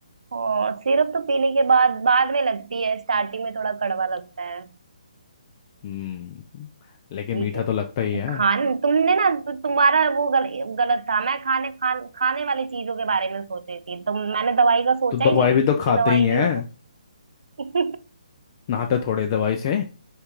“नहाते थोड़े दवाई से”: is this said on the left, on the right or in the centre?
Left